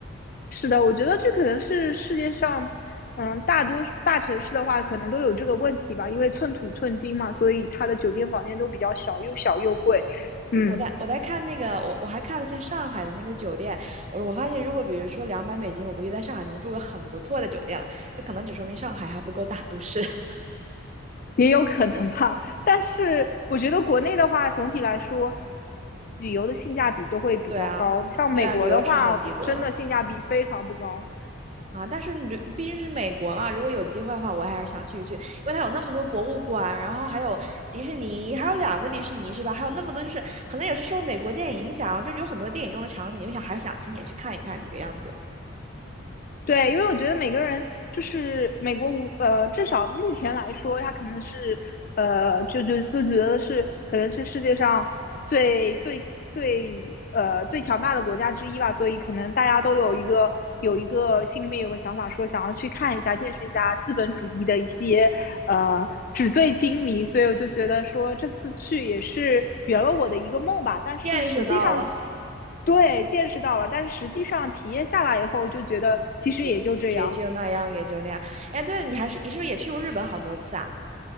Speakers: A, on the left (about 40°); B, on the right (about 30°).
A: 是的，我觉得这可能是世界上，嗯，大多数大城市的话，可能都有这个问题吧，因为寸土寸金嘛，所以它的酒店房间都比较小，又小又贵。嗯，
B: 我在我在看那个，我我还看了一下上海的那个酒店，我我发现如果比如说两百美金，我估计在上海能住个很不错的酒店了，就可能只说明上海还不够大都市。<laughs>
A: 也有可能吧。但是我觉得国内的话，总体来说，旅游的性价比都会比较高。
B: 对啊，
A: 像美国的话，
B: 对啊，旅游成本低多了
A: 真的性价比非常不高。
B: 啊，但是旅毕竟是美国嘛，如果有机会的话，我还是想去一去，因为它有那么多博物馆，然后还有迪士尼，还有两个迪士尼是吧？还有那么多就是可能也是受美国电影影响，就有很多电影中的场景，我想还是想亲眼去看一看这个样子，
A: 对，因为我觉得每个人就是美国无呃，至少目前来说，他可能是呃，就就就觉得是可能是世界上最最最呃最强大的国家之一吧，所以可能大家都有一个有一个心里面有个想法，说想要去看一下、见识一下资本主义的一些呃纸醉金迷，所以我就觉得说这次去也是圆了我的一个梦吧。但是实际上，
B: 见识到了。
A: 对，见识到了，但是实际上体验下来以后，就觉得其实也就这样。
B: 也也就那样，也就那样。哎，对了，你还是你是不是也去过日本好多次啊？